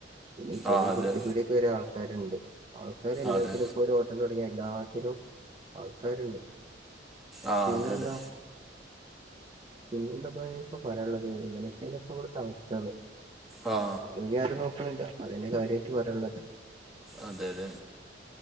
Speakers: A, on the right; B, in the centre.
A: പിന്നെ ഈ ചെറിയ
B: ആ അതെ
A: പെട്ടി പീടിയേക്ക് വരെ ആൾക്കാര് ഇണ്ട് ആൾക്കാര് എല്ലാത്തിലും
B: അതെ
A: ഇപ്പൊ ഒരു ഹോ ട്ടല് തൊടങ്ങിയാ എല്ലാത്തിലും ആൾക്കാര്ണ്ട്
B: ആ,
A: പിന്നെന്താ
B: അതെ അതെ
A: പിന്നെന്തൊ ഇപ്പഞി പറയാള്ളത് ഇങ്ങനെക്കേണ് ഇവ്ട്ത്തെ അവസ്ഥ
B: ആ അതെ അതെ ആ
A: ഇനി ആരും നോക്ക്ണില്ല അതിന്റെ കാര്യായിട്ട് പറയാള്ളത്
B: അതെലെ